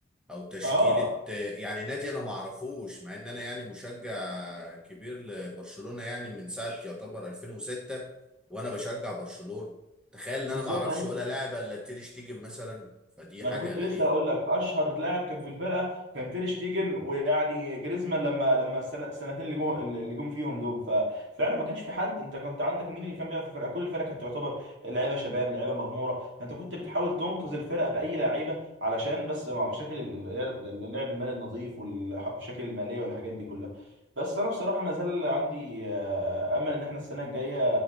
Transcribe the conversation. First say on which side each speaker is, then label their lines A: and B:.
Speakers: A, in the centre; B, on the right (about 75°).
A: او تشكيله
B: اه
A: آه، يعني نادي انا ما اعرفوش مع ان انا يعني مشجع كبير لبرشلونه يعني من ساعه يعتبر 2006 وانا بشجع برشلونه تخيل ان
B: بالظبط
A: انا ما اعرفش
B: يعني
A: ولا لاعب الا تير شتيجن مثلا فدي
B: ما
A: حاجه
B: انا كنت
A: غريبه
B: لسه هقول لك اشهر لاعب كان في الفرقه كان تير شتيجن ويعني جريزمان لما لما السنة- السنتين اللي جم اللي جم فيهم دول ففعلا ما كانش في حد انت كنت عندك مين اللي كان بيلعب في الفرقه كل الفرقه كانت تعتبر لعيبه شباب لعيبه مغموره فانت كنت بتحاول تنقذ الفرقه باي لعيبه علشان بس مع مشاكل ال- ال- اللعب المالي النظيف والمشاكل الماليه والحاجات دي كلها بس انا بصراحه ما زال عندي آه، امل ان احنا السنه الجايه